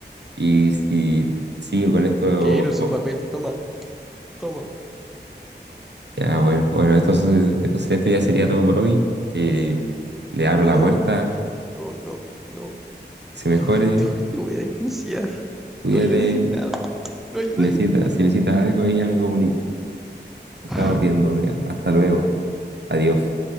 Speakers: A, on the right (about 70°); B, in the centre.
A: Y, y sí,
B: No
A: con
B: no
A: esto,
B: quiero su
A: uf,
B: papel, toma, toma.
A: ya bueno, bueno, esto, se- esto, se- esto ya sería todo por hoy. Eh, le abro
B: No.
A: la puerta,
B: No, no, no.
A: que se mejore,
B: Te voy, <laughs> te voy- te voy a denunciar.
A: cuídate,
B: No ayudas en nada. No ayudas
A: si necesita,
B: en
A: si necesitas algo ahí ya me comunico. Estamos
B: nada.
A: viendo, ya. Hasta luego, adiós.